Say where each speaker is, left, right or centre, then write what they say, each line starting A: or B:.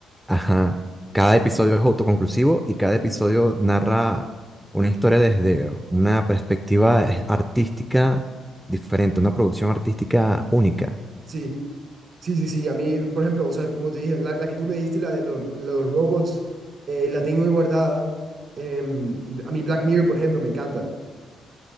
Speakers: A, in the centre; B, on the right (about 55°).
A: Ajá. Cada
B: Sí,
A: episodio es autoconclusivo y cada
B: sí,
A: episodio narra una historia desde una perspectiva eh, artística diferente, una producción artística única.
B: sí, sí. sí, sí, A mí, por ejemplo, o sea, como te dije, la, la que tú me diste, la de los, los robots, eh, la tengo ahí guardada. Em, y a mí Black Mirror, por ejemplo, me encanta.